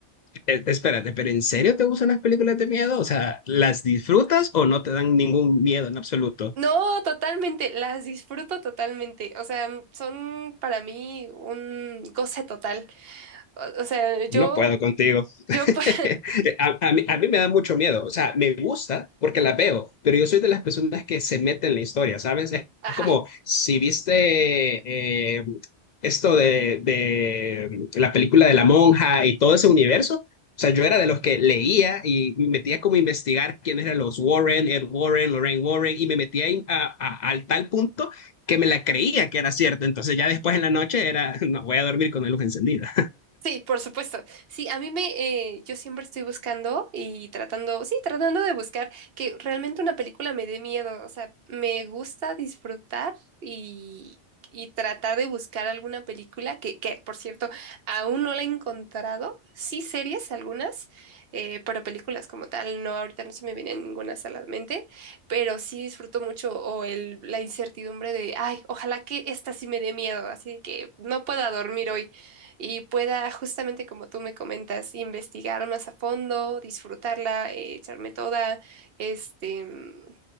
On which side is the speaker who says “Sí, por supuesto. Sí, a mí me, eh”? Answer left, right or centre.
Right